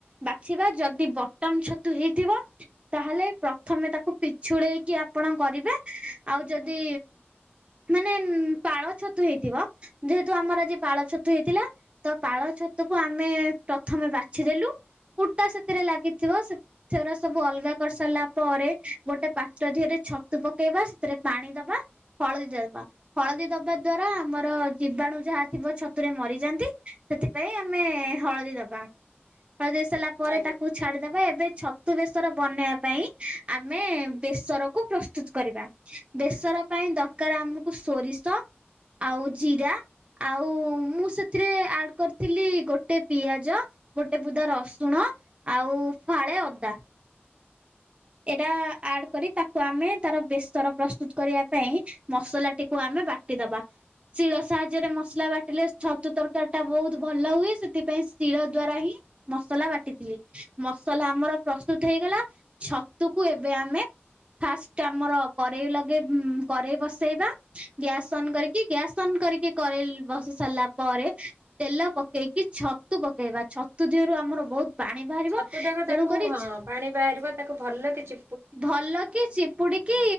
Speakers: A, on the right (about 30°); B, on the right (about 75°).
A: ବାଛିବା ଯଦି ବଟମ ଛତୁ ହେଇଥିବ। ତାହେଲେ ପ୍ରଥମେ ତାକୁ ପିଛୁଳେଇକି ଆପଣ କରିବେ ଆଉ ଯଦି ମାନେ ପାଳ ଛତୁ ହେଇଥିବ ଯେହେତୁ ଆମର ଆଜି ପାଳ ଛତୁ ହେଇଥିଲା। ତ ପାଳ ଛତୁକୁ ଆମେ ପ୍ରଥମେ ବାଛିଦେଲୁ କୁଟା ସେଥିରେ ଲାଗିଥିବ। ସେଗୁରା ସବୁ ଅଲଗା କରିସାରିଲା ପରେ ଗୋଟେ ପାତ୍ର ଦେିହରେ ଛତୁ ପକେଇବା ସେଥିରେ ପାଣି ଦବା ହଳଦୀ ଦବା ହଳଦୀ ଦବା ଦ୍ଵାରା ଆମର ଜୀବାଣୁ ଯାହା ଥିବ ଛତୁରେ ମରିଯାନ୍ତି। ସେଥିପାଇଁ ଆମେ ହଳଦୀ ଦବା ହଳଦୀ ସାରିଲା ପରେ
B: ଆଜ୍ଞା
A: ତାକୁ ଛାଡିଦବା ଏବେ ଛତୁ ବେସର ବନେଇବା ପାଇଁ ଆମେ ବେସରକୁ ପ୍ରସ୍ତୁତ କରିବା। ବେସର ପାଇଁ ଦରକାର ଆମକୁ ସୋରିଷ। ଆଉ ଜିରା ଆଉ ମୁଁ ସେ ଆଡ଼ କରିଥିଲି ଗୋଟେ ପିଆଜ ଗୋଟେ ବୁଦା ରସୁଣ। ଆଉ ଫାଳେ ଅଦା। ଏଟା ଆଡ଼ କରି ତାକୁ ଆମେ ତାର ବେସ୍ତର ପ୍ରସ୍ତୁତ କରିବା ପାଇଁ ମସଲା ଟିକୁ ଆମେ ବା ଟି ଦବା। ଶିଳ ସାହାଯ୍ୟରେ ମସଲା ବାଟିଲେ ଛତୁ ତରକାରୀଟା ବୋହୁତ୍ ଭଲ ହୁଏ ସେଥିପାଇଁ ଶିଳ ଦ୍ଵାରା ହିଁ ମସଲା ବାଟିଥିଲି ମସଲା ଆମର ପ୍ରସ୍ତୁତ ହେଇଗଲା। ଛତୁକୁ ଏବେ ଆମେ ଫାଷ୍ଟ ଆମର କରେଇ ଲଗେଇ କରେଇ ବସେଇବା। ଗ୍ୟାସ୍ ଅନ୍ କରିକି ଗ୍ୟାସ୍ ଅନ୍ କରିକି କରେଇ ବସି ସାରିଲା ପରେ ତେଲ ପକେଇକି ଛତୁ ପକେଇବା ଛତୁ ଦିହରୁ ଆମର ବହୁତ ପାଣି ବାହାରିବ
B: ଛତୁଟାକୁ
A: ତେଣୁ
B: ତାକୁ
A: କରି
B: ହଁ
A: ଛ୍
B: ପାଣି ବାହାରିବ ତାକୁ ଭଲ କି ଚି
A: ଭଲ କି ଚିପୁଡି଼କି